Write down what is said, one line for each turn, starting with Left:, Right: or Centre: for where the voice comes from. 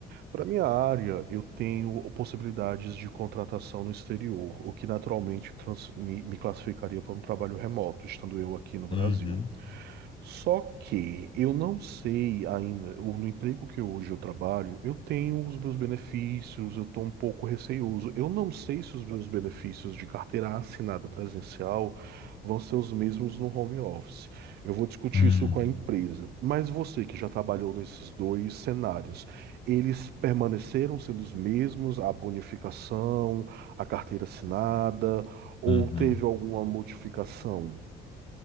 Right: Para minha área, eu tenho possibilidades de contratação no exterior, o que naturalmente trans- me, me classificaria para um trabalho remoto, estando eu aqui no Brasil.
Left: Uhum.
Right: Só que eu não sei ainda, o- no emprego que eu- hoje eu trabalho, eu tenho os meus benefícios, eu estou um pouco receioso. Eu não sei se os meus benefícios de carteira assinada presencial vão ser os mesmos no home office. Eu vou discutir
Left: Hum,
Right: isso com a empresa. Mas você que já trabalhou nesses dois cenários, eles permaneceram sendo os mesmos, a bonificação, a carteira assinada, ou
Left: Uhum.
Right: teve alguma modificação?